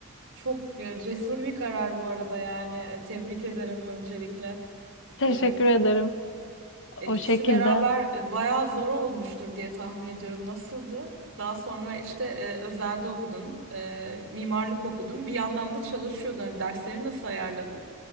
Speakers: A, on the right (about 60°); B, on the left (about 60°).
A: Çok ya, cesur bir karar bu arada yani E, tebrik ederim öncelikle.
B: Teşekkür
A: Ee,
B: ederim.
A: e,
B: O
A: ikisi
B: şekilde.
A: beraber e, bayağı zor olmuştur diye tahmin ediyorum. Nasıldı? Daha sonra işte e, özelde okudun, e, mimarlık okudun. Bir yandan da çalışıyordun. Hani dersleri nasıl ayarladın?